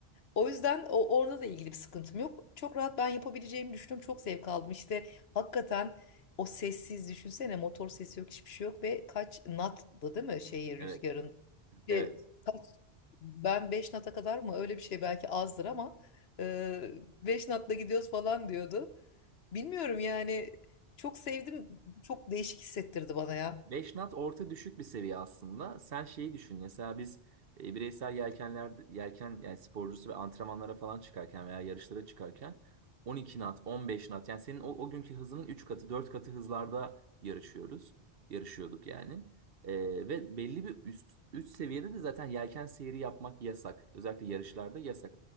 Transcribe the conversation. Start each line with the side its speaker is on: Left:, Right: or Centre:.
Left: O yüzden o, orada da ilgili bir sıkıntım yok. Çok rahat ben yapabileceğimi düşündüm. Çok zevk aldım. İşte hakikaten o sessiz düşünsene motor sesi yok hiçbir şey yok ve kaç knot'dı değil mi şeyi
Right: Evet,
Left: rüzgarın
Right: evet.
Left: e, kaç- ben 5 nata kadar mı öyle bir şey belki azdır ama e, 5 natla gidiyoruz falan diyordu. Bilmiyorum yani çok sevdim çok değişik hissettirdi bana ya.
Right: 5 knot orta düşük bir seviye aslında. Sen şeyi düşün. Mesela biz e, bireysel yelkenler yelken yani sporcusu ve antrenmanlara falan çıkarken veya yarışlara çıkarken 12 on beş knot yani senin o, o günkü hızının 3 katı, 4 katı hızlarda yarışıyoruz. Yarışıyorduk yani. E, ve belli bir üst üst seviyede de zaten yelken seyri yapmak yasak. Özellikle yarışlarda yasak